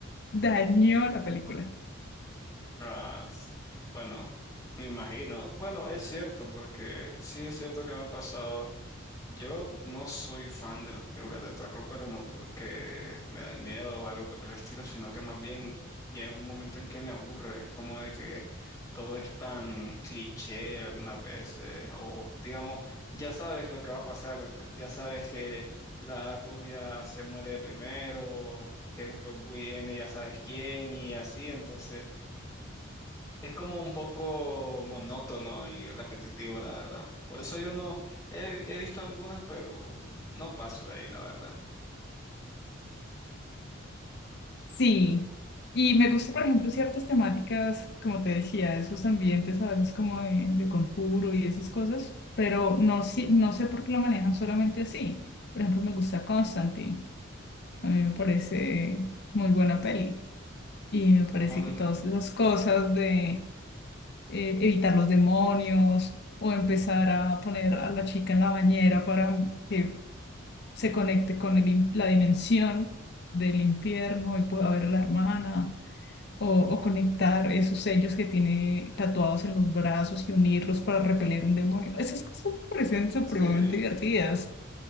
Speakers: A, on the left; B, on the left.
A: dañó la película.
B: Ah, s- bueno, me imagino. Bueno, es cierto, porque sí es cierto que me han pasado Yo no soy fan de las películas de terror, pero no porque me dan miedo o algo por el estilo, sino que más bien ya en un momento en que me aburre, es como de que todo es tan cliché algunas veces, o digamos, ya sabes lo que va a pasar, ya sabes que la rubia se muere primero, que después viene ya sabes quién y así, entonces es como un poco monótono y repetitivo, la verdad. Por eso yo no he, he visto algunas, pero no paso de ahí, la verdad.
A: Sí. Y me gusta, por ejemplo, ciertas temáticas, como te decía, esos ambientes a veces como de, de conjuro y esas cosas, pero no, si no sé por qué lo manejan solamente así. Por ejemplo, me gusta Constantine. A mí me parece muy buena peli. Y me parece
B: Con,
A: que todas esas cosas de eh, evitar los demonios o empezar a poner a la chica en la bañera para que se conecte con el in- la dimensión del infierno y pueda ver a la hermana. O, o conectar esos sellos que tiene tatuados en los brazos y unirlos para repeler un demonio. Esas cosas me parecen supremamente
B: sí,
A: divertidas,